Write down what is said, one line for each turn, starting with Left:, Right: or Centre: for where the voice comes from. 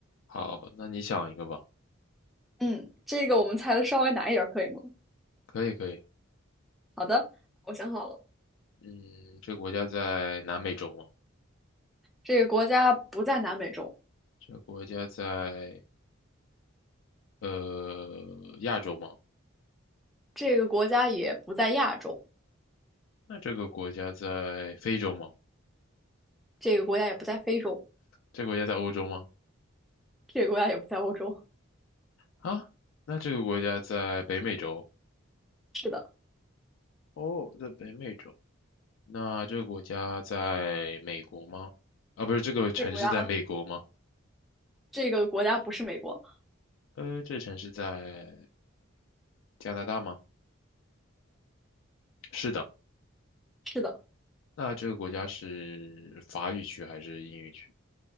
Left: 好，那你想一个吧，
Centre: 嗯，这个我们猜的稍微难一点儿，可以吗？
Left: 可以可以。
Centre: 好的，我想好了，
Left: 嗯，这个国家在南美洲吗？
Centre: 这个国家不在南美洲，
Left: 这个国家在呃亚洲吗？
Centre: 这个国家也不在亚洲，
Left: 那这个国家在非洲吗？
Centre: 这个国家也不在非洲，
Left: 这个国家在欧洲吗？
Centre: 这个国家也不在欧洲。
Left: 啊，那这个国家在北美洲。
Centre: 是的，
Left: 哦，在北美洲。那这个国家在美国吗？啊，不是，这个城市在美国吗？
Centre: 这个国家，这个国家不是美国。
Left: 呃，这城市在加拿大吗？是的。
Centre: 是的。
Left: 那这个国家是法语区还是英语区？